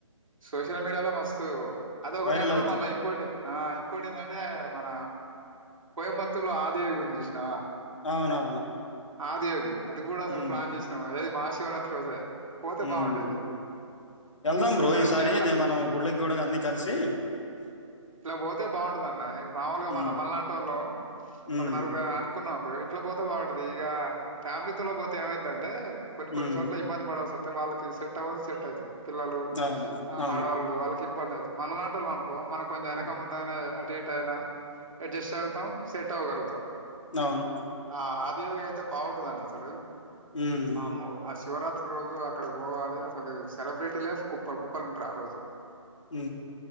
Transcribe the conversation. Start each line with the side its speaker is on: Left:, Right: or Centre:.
Right: సోషల్ మీడియాలో మస్తు అదొకటను
Left: వైరల్ అవుతుంది
Right: మళ్ళా ఇంకోటి ఆ ఇంకోటి ఏందంటే మన కోయంబత్తూర్లో ఆదియోగి వుంది చూసినవా
Left: అవునవును
Right: ఆదియోగి అది కూడా అసలు
Left: ఉమ్
Right: ప్లాన్ చేసినాము ఏది మహాశివరాత్రి రోజే పోతే
Left: ఉమ్
Right: బాగుండేది
Left: వెళ్దాం
Right: మస్తుంటది
Left: బ్రో ఈసారి
Right: కేరళ
Left: అయితే మనం గుడ్లకి గుడ అన్ని కలిసి
Right: ఇట్ల పోతే బాగుంటదనాయ్ మామూలుగా
Left: ఉమ్
Right: మనం మల్నాటోలు
Left: ఉమ్
Right: ఒక నలుగురు ఐ అనుకున్న బొ ఇట్ల పోతే బాగుంటది ఇక ఫ్యామిలీతో పోతే ఏమైందంటే కొన్ని కొన్ని
Left: ఉమ్
Right: చోట్ల ఇబ్బంది పడాల్స్ తే వాళ్ళకి సెట్ అవ్వద్దు సెట్ ఐతది పిల్లలు
Left: అవును అవును
Right: ఆడవాళ్ళు వాళ్ళకి ఇబ్బంది ఐతది మనలాంటోళ్లు అను బ్రో మనం కొంచెం వెనక
Left: ఉమ్
Right: ముందయినా అటీటయినా అడ్జస్ట్ అవుతాం సెట్ అవ్వగలుగుతాం
Left: అవును
Right: ఆ ఆదియోగి అయితే బాగుంటందన్న అసలు
Left: ఉమ్
Right: వామ్మో ఆ సీ శివరాత్రి రోజు అక్కడికి పోవాలి అసలు సెలబ్రిటీలే కుప్పలు కుప్పలు ఉంటరు ఆ రోజు
Left: ఊ